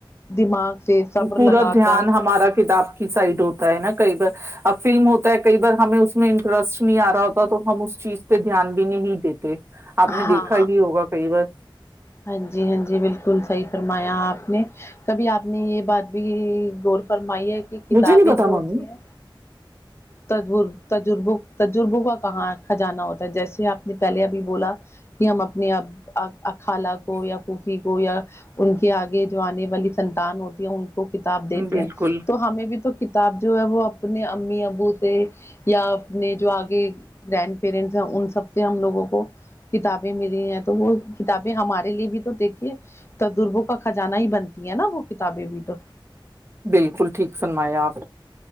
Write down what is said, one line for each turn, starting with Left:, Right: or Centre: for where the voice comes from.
Left: دماغ سے صبر
Right: پورا
Left: لگا
Right: دھیان
Left: کر
Right: ہمارا کتاب کی سائڈ ہوتا ہے نا کئی بار اب فلم ہوتا ہے کئی بار ہمیں اس میں انٹرسٹ نہیں آ رہا ہوتا تو ہم اس چیز پہ دھیان بھی نہیں دیتے آپ
Left: ہاں
Right: نے دیکھا ہی ہوگا کئی بار
Left: ہاں جی ہاں جی بالکل سی فرمایا آپ نے کبھی آپ نے یہ بات بھی گور فر م کی کتابیں
Right: مجھے نہیں پتا
Left: جو ہوتی
Right: ممی
Left: ہیں تج تجرب تجربوں کا کہاں کھ جانا ہوتا ہے جیسے آپ نے پہلے ابھی بولا کہ ہم اپنے اب اکھالہ کو یا پفی یا ان کے آگے جو آنے والی سنتان ہوتی ہے کتاب دیتے
Right: بالکل
Left: ہیں تو ہمیں بھی تو کتاب جو ہے وہ اپنے امی ابو سے یا اپنے جو آگے گرنڈ پیرنٹس ہیں ان سب سے ہم لوگوں کو کتابیں ملی ہیں تو وہ کتابیں ہمارے لیے بھی تو دیکھیے تجربوں کا خزانہ ہی بنتی ہے نا وہ کتابیں بھی تو
Right: بالکل ٹھیک فرمایا آپ